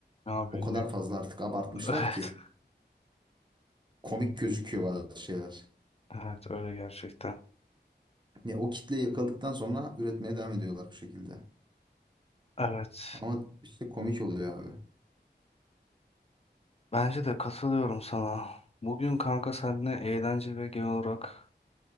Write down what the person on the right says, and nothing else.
O
kadar fazla artık abartmışlar
ki komik gözüküyor bazı şeyler.
Ya o kitleyi yakaladıktan sonra üretmeye devam ediyorlar bu şekilde.
Ama işte komik oluyor abi.